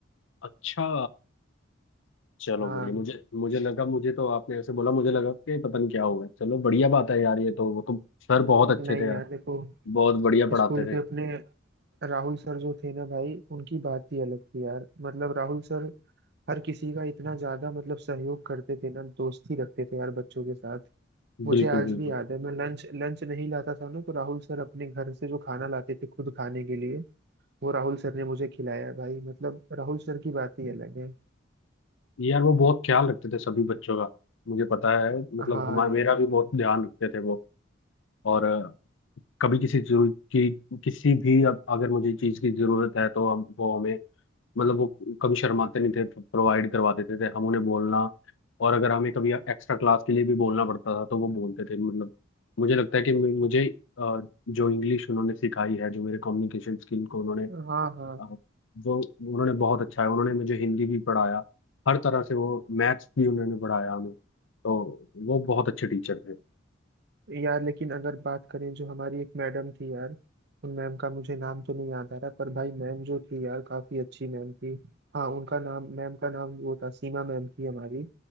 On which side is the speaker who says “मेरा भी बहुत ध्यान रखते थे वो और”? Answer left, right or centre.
Left